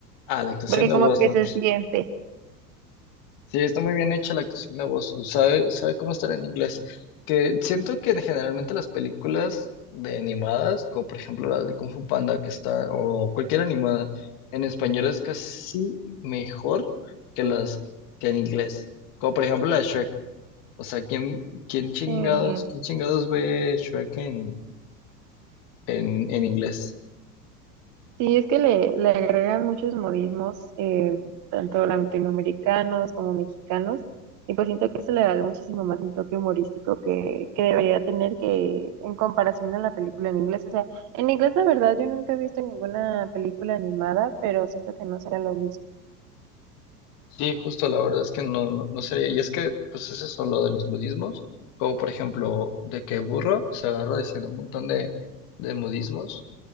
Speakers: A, on the left (about 45°); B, on the right (about 35°).
A: Ah, la actuación
B: porque
A: de
B: como
A: voz,
B: que
A: no.
B: se
A: pues,
B: siente.
A: Sí, está muy bien hecha la actuación de voz. ¿Sabe, sabe cómo estará en inglés? Que siento que generalmente las películas de animadas, como por ejemplo la de Kung Fu Panda, que está, o cualquier animada, en español es casi mejor que las que en inglés. Como por ejemplo la de Shrek. O sea, ¿quién, quién chingados,
B: eh,
A: quién chingados ve Shrek en, en, en inglés?
B: sí, es que le, le agregan muchos modismos, eh, tanto latinoamericanos como mexicanos, y pues siento que se le da muchísimo más el toque humorístico que, que debería tener que en comparación a la película en inglés. O sea, en inglés la verdad yo nunca he visto ninguna película animada, pero siento que no será lo mismo.
A: Sí, justo la verdad es que no, no, no sería. Y es que, pues es eso lo de los budismos, como por ejemplo, de que Burro se agarra diciendo un montón de, de budismos.